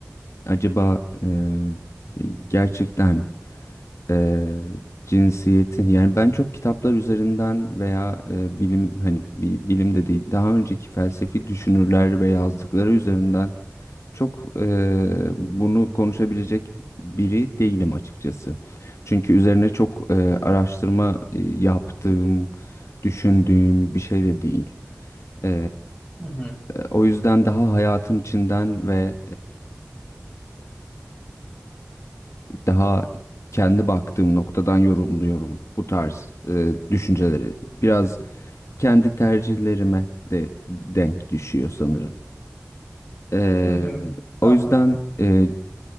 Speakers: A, on the left; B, on the left.
A: acaba eee, gerçekten e, cinsiyetin yani ben çok kitaplar üzerinden veya e, bilim hani bi- bilim de değil daha önceki felsefi düşünürler ve yazdıkları üzerinden çok e, bunu konuşabilecek biri değilim açıkçası. Çünkü üzerine çok e, araştırma e, yaptığım, düşündüğüm bir şey de değil. E,
B: Hı hı.
A: o yüzden daha hayatın içinden ve daha kendi baktığım noktadan yorumluyorum bu tarz e, düşünceleri. Biraz kendi tercihlerime de denk düşüyor sanırım. Ee,
B: Hı hı. Anladım.
A: o yüzden e,